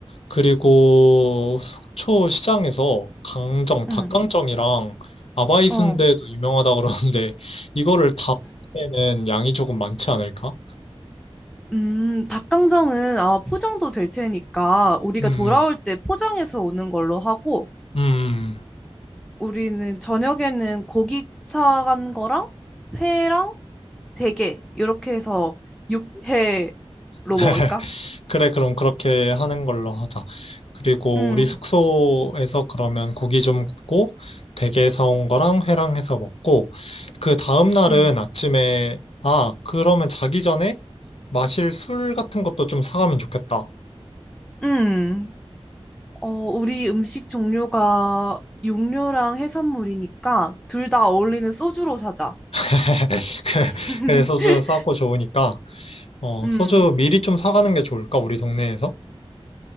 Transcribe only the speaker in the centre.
응,
어.
음, 닭강정은 아마 포장도 될 테니까 우리가
돌아올 때 포장해서 오는 걸로 하고
우리는 저녁에는 고기 사간 거랑 회랑 대게 이렇게 해서 육회로 먹을까?
응,
응.
응 어, 우리 음식 종류가 육류랑 해산물이니까 둘 다 어울리는 소주로 사자.
<laughs>
음,